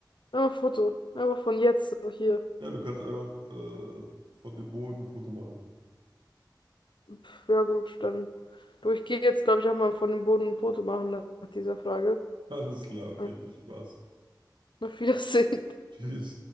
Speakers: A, on the left; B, on the right.
A: Ja, ein Foto. Aber von jetzt, so hier.
B: ja, du kannst einfach äh, von dem Boden ein Foto machen.
A: Pff, ja gut, dann. Du, ich gehe jetzt, glaube ich, auch mal von dem Boden ein Foto machen nach nach dieser Frage.
B: Alles klar, okay,
A: Ja,
B: viel Spaß.
A: auf Wiedersehen.
B: Tschüss.